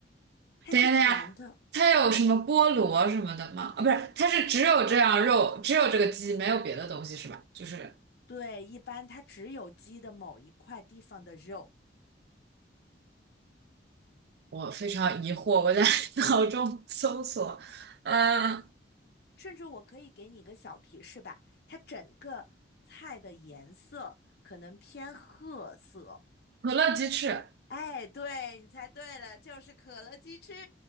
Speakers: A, on the left; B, on the right.
A: 它是甜的，
B: 等一下，等一下，它有什么菠萝什么的吗？啊，不是，它是只有这样肉，只有这个鸡，没有别的东西是吧？就是。
A: 对，一般它只有鸡的某一块地方的肉，
B: 我非常疑惑，我在 <laughs> 脑中搜索，嗯，
A: 甚至我可以给你一个小提示吧，它整个菜的颜色可能偏褐色。
B: 可乐鸡翅，
A: 哎，对，你猜对了，就是可乐鸡翅，